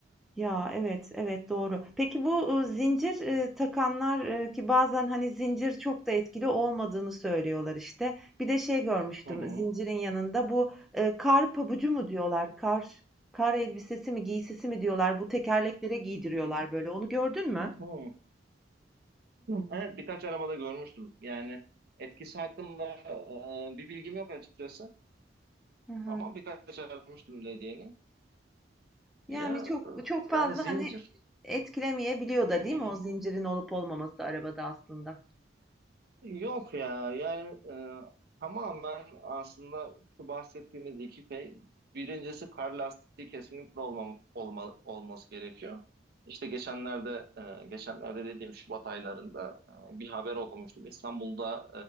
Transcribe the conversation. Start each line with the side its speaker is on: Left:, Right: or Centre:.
Centre: Ya evet, evet doğru. Peki bu ııı, zincir, eee, takanlar, eee, ki bazen, hani, zincir çok da etkili olmadığını söylüyorlar, işte. Bir de şey görmüştüm
Right: Hı hı.
Centre: zincirin yanında bu, eee, kar pabucu mu diyorlar, kar kar elbisesi mi, giysisi mi diyorlar, bu tekerleklere giydiriyorlar
Right: Hı hı.
Centre: böyle. Onu gördün mü?
Right: Hı. Evet birkaç arabada görmüştüm. Yani etkisi hakkında e, bir bilgim yok açıkçası
Centre: Hı hı.
Right: ama birkaç arabada görmüştüm dediğini.
Centre: Yani
Right: Ya
Centre: çok
Right: e,
Centre: çok
Right: yani
Centre: fazla,
Right: zincir.
Centre: hani, etkilemeyebiliyor da
Right: Hı hı.
Centre: değil mi o zincirin olup olmaması arabada aslında?
Right: Yok ya yani e, tamamen aslında şu bahsettiğimiz iki şey birincisi kar lastiği kesinlikle olma, olma- olması gerekiyor. İşte geçenlerde e, geçenlerde dediğim Şubat aylarında e, bir haber okumuştum. İstanbul'da